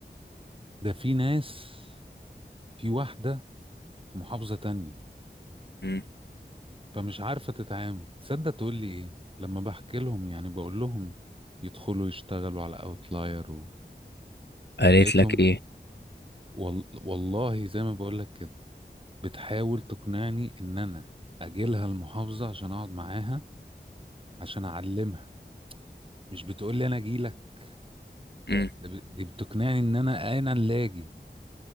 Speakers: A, on the right; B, on the left.
A: ده في ناس في واحدة في محافظة تانية
B: مم.
A: فمش عارفة تتعامل تصدق تقول لي ايه لما بحكي لهم يعني بقول لهم يدخلوا يشتغلوا على اوتلاير و...
B: قالت
A: لقيتهم
B: لك ايه
A: وال... والله زي ما بقول لك كده بتحاول تقنعني ان انا اجي لها المحافظة عشان اقعد معاها عشان اعلمها مش بتقول لي انا اجي لك
B: مم.
A: ده, ده ب- دي بتقنعني ان انا انا اللي اجي